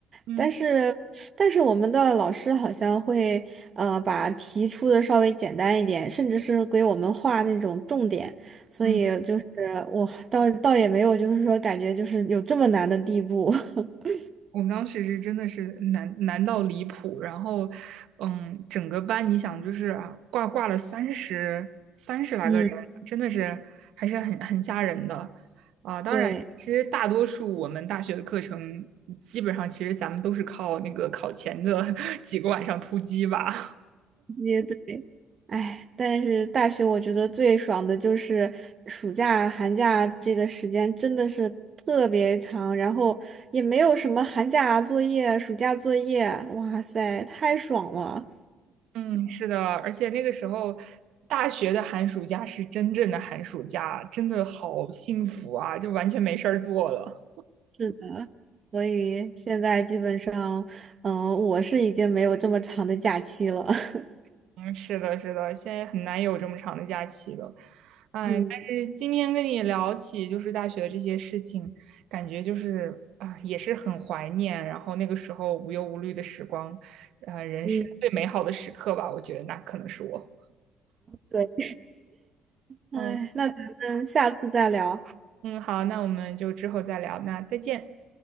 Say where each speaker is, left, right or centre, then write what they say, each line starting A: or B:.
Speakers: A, on the right (about 70°); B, on the right (about 30°).
A: 嗯
B: 但是但是我们的老师好像会呃把题出的稍微简单一点，甚至是给我们画那种重点。所以就是我倒倒也没有，
A: 嗯。
B: 就是说感觉就是有这么难的地步。<laughs>
A: 我们当时是真的是难难到离谱，然后，嗯，整个班你想就是啊，挂挂了三十三十来个人，
B: 嗯，
A: 真的是还是很很吓人的啊。当然，
B: 对，
A: 其实大多数我们大学的课程，基本上其实咱们都是靠那个考前的 <laughs> 几个晚上突击吧。
B: 也对，哎，但是大学我觉得最爽的就是暑假、寒假这个时间真的是特别长，然后也没有什么寒假作业、暑假作业，哇塞，太爽了。
A: 嗯，是的，而且那个时候大学的寒暑假是真正的寒暑假，真的好幸福啊，就完全没事儿做了。
B: 是的，所以现在基本上，嗯、我是已经没有这么长的假期了。<laughs>
A: 是的，是的，现在很难有这么长的假期了。哎，
B: 嗯
A: 但是今天跟你聊起就是大学这些事情，感觉就是啊、也是很怀念，然后那个时候无忧无虑的时光，呃，人生最美好的时刻吧，
B: 嗯，
A: 我觉得那可能是我。
B: 对。哎，
A: 嗯
B: 那咱们下次再聊。
A: 嗯，好，那我们就之后再聊，那再见。